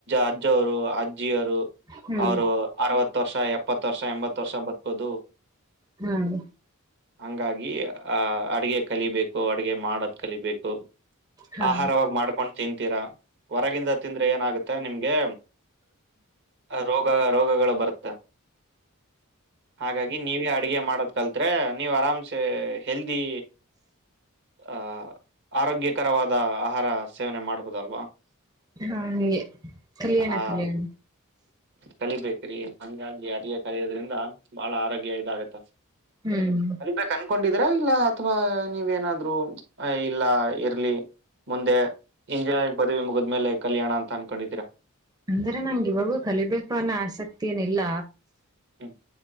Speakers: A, on the right; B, on the right.
A: ಅಜ್ಜ ಅವರು ಅಜ್ಜಿಯರು
B: ಹ್ಮ್
A: ಅವರು ವರ್ಷ ಎಪ್ಪತ್ ವರ್ಷ ಎಂಬತ್ತು ವರ್ಷ ಬತ್ಕೋದು
B: ಹ್ಮ್
A: ಹಂಗಾಗಿ ಆಹ ಅಡ್ಗೆ ಕಲಿಬೇಕು ಅಡ್ಗೆ ಮಾಡದು ಕಲಿಬೇಕು
B: ಹಾ
A: ಆಹಾರವಾಗಿ ಮಾಡ್ಕೊಂಡು ತಿ ತೀರ ಹೊರಗಿಂದ ತಿಂದ್ರೆ ಏನಾಗುತ್ತೆ ನಿಮ್ಗೆ ರೋಗ ರೋಗಗಳು ಬರುತ್ತೆ ಹಾಗಾಗಿ ನೀವೇ ಅಡ್ಗೆ ಮಾಡದ್ ಕಲ್ತ ಹೇ ನೀವು ಆರಾಹಮ್ಸೆ ಹೆಲ್ದಿ ಆ ಆರೋಗ್ಯಕರವಾದ ಆಹಾರ ಸೇವನೆ ಮಾಡ್ಬೋದಲ್ವಾ
B: ಹಾ ಹಂಗೆ ಕಲ್ಯಾಣ
A: ಹಾ
B: ಕಲ್ಯಾಣ
A: ಕಲಿಬೇಕ್ರಿ ಹಂಗಾಗಿ ಅರಿಯ ಕಲಿಯೋದ್ರಿಂದ ಬಾಳ ಆರೋಗ್ಯ ಇದಾಗತ್ತ
B: ಹ್ಮ್
A: ಕಲಿಬೇಕು ಕೊಂಡಿದ್ರ ಇಲ್ಲ ಅಥವಾ ನೀವ ನಾದ್ರು ಇಲ್ಲ ಇರ್ಲಿ ಮುಂದೆ ಇಂಜಿನಿಯರಿಂಗ್ ಪದವಿ ಮುಗಿದ್ಮೇಲೆ ಕಲಿಯೋಣ ಅಂತ ಕಣಿದೀರಾ
B: ಅಂದ್ರೆ ನಂ ಇವಾಗೂ ಕಲಿಬೇಕು ಅನ್ನೋ ಆಸಕ್ತಿ ಏನಿಲ್ಲ
A: ಹ್ಮ್